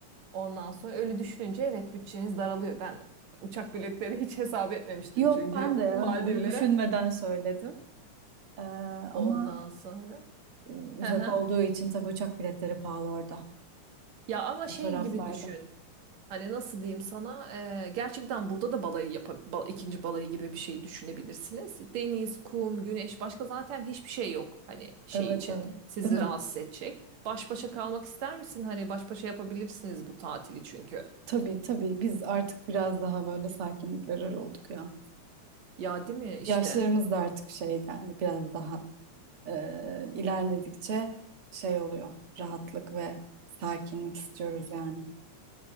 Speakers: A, on the right; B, on the right.
A: Ondan sonra öyle düşününce evet bütçeniz daralıyor. Ben uçak biletlerini hiç hesap etmemiştim
B: Yok
A: çünkü
B: ben de
A: Maldivlere.
B: hani onu düşünmeden söyledim. Ee, ama
A: Ondan sonra.
B: E, uzak
A: Hı hı.
B: olduğu için tabii uçak biletleri pahalı orada.
A: Ya ama
B: Bu
A: şey
B: taraflarda.
A: gibi düşün. Hani nasıl diyeyim sana? Ee, gerçekten burada da balayı yap ikinci balayı gibi bir şey düşünebilirsiniz. Deniz, kum, güneş başka zaten hiçbir şey yok. Hani şey
B: Evet
A: için
B: evet.
A: sizi
B: Değil mi?
A: rahatsız edecek. Baş başa kalmak ister misin? Hani baş başa yapabilirsiniz bu tatili çünkü.
B: Tabii tabii. Biz artık biraz daha böyle sakinlik arar olduk ya.
A: Ya değil mi işte?
B: Yaşlarımız da artık şey yani biraz daha e, ilerledikçe şey oluyor. Rahatlık ve sakinlik istiyoruz yani.